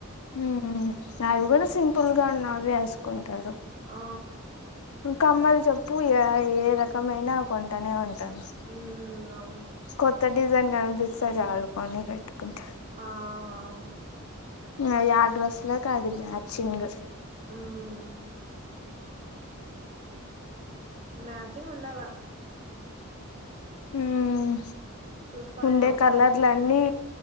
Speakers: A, on the left; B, on the right.
A: హ్మ్ అవి
B: మ్మ్
A: కూడా సింపుల్ గా ఉన్నవి వేసుకుంటారు
B: ఆ
A: కమ్మలు చెప్పు ఏ ఏ రకమైనా కొంటనే ఉం టాను
B: మ్మ్ అవును
A: కొత్త డిజైన్ కనిపిస్తే చాలు కొని పెట్టుకుంటా
B: ఆ అవును
A: ఇంగ యా డ్రస్ లోకి అది మ్యాచింగ్
B: హ్మ్ మ్యాచింగ్ ఉండాలా
A: హ్మ్
B: చూసుకొనే
A: ఉండే
B: కొంటారు
A: కలర్లన్నీ